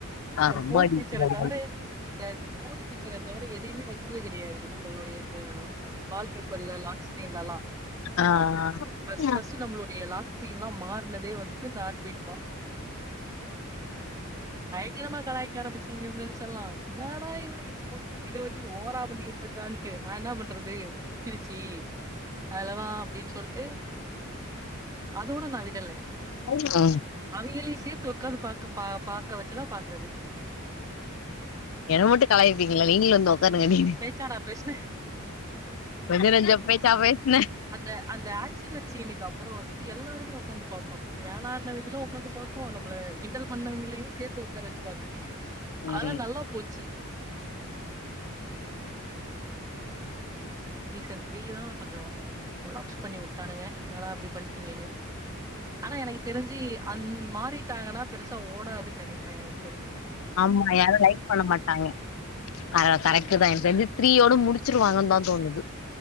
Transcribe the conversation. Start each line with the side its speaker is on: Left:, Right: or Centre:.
Left: ஆ
Right: இந்த
Left: ரொம்ப
Right: ஃபோன்
Left: அடிக்கிறார்கள்.
Right: பிச்சர தவர இந்த ஃபோன் பிச்சர தவிர வேற எதியுமே வெச்சது கெடையாது நம்மளுடைய இந்த வால்பேப்பர்ல லாக் ஸ்க்ரீன்லாலா
Left: ஆ.
Right: ஃபர்ஸ்ட்
Left: ம்.
Right: ஃபர்ஸ்ட் நம்மளுடைய லாக்ஸ்கிரீன் லா மாற்னதே வந்துட்டு இந்த ஆர்ட் பீட் தா பயங்கரமா கலாய்க ஆரம்பிச்டாங்க என் ஃபெர்ண்ட்ஸ் என்னாடா இவ ஒ இவ இத வச்சு ஓவரா பண்ணிட்டு இருக்கான்ட்டு நா என்ன பண்றது புடிச்சிருச்சி அதலதாம் அப்டின்னு சொல்ட்டு அதோட நா விடல
Left: ஆ
Right: அவீங்கலியும் சேத்து உக்காந்து பா பாக்க வச்சுதா பாக்குறது
Left: என்ன மட்டும் கலாயிப்பீங்களா நீங்கலும் வந்து உட்காருங்க நீ
Right: பேச்சாடா பேசுன
Left: கொஞ்ச நெஞ்ச பேச்சா பேசுன
Right: அந்த அந்த அக்சிடென்ட் சீனுக்கு அப்புறோம் வந்துட்டு எல்லாருமே உக்காந்து பாப்போம் வேணானவைங்களும் உக்காந்து பாப்போ போம் நம்பள கிண்டல் பண்ணவைங்களையும் சேத்து உக்கார வச்சு பாக்குறது
Left: ம்.
Right: அதெல்லா நல்லா போச்சி சீசன் த்ரீ தான் கொஞ்ஜோ கொலாப்ஸ் பண்ணி உட்டானுங்க இன்நாடா இப்டி பண்ட்டீங்கன்னு ஆனா எனக்கு தெரிஞ்சி அந் மாறிட்டாங்கனா பெருசா ஓடாதுன்னு நெனைக்கிறேன் எனக்கு தெரிஞ்சி
Left: ஆமா யாரும் லைக் பண்ண மாட்டாங்க ஆ கரெக்ட்தான் எனக்கு தெரிஞ்சு த்ரீ ஓட முடிச்சிருவாங்கனுதான் தோணுது